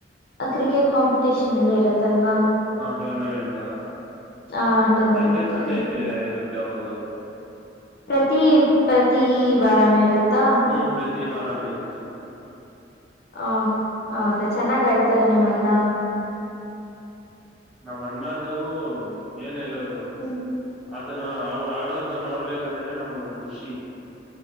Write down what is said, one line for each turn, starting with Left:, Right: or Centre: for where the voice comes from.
Left: ಕ್ರಿಕೆಟ್ ಕಾಂಪಿಟೇಷನ್ ಎಲ್ಲ ಇರತ್ತಲ್ವಾ.
Centre: ಹ ಟೂರ್ನಮೆಂಟ್ಗ
Left: ಆ ಟೂರ್ನಮೆಂಟ್ಗೆ
Centre: ಸಂಡೇ ಸಂಡೇ ಇರುತ್ತೆ ಹೌದು.
Left: ಪ್ರತಿ ಪ್ರತಿ ವಾರಾನೂ ಇರುತ್ತಾ.
Centre: ಹ್ಮ ಪ್ರತಿವಾರಾನು ಇರುತ್ತೆ.
Left: ಹಾ ಹೌದ ಚೆನ್ನಾಗಗಿ ಆಡ್ತಾರಾ ನಿಮ್ಮಣ್ಣ.
Centre: ನಮ್ಮ ಅಣ್ಣದು ಏನ್ ಹೇಳೋದು.
Left: ಹ್ಮ್.
Centre: ಅದನ್ನ ಅವ್ರು ಆಡೋದನ ನೋಡ್ಬೇಕಂದ್ರೇನೆ ನಮ್ಗ ಒಂದ್ ಖುಷಿ.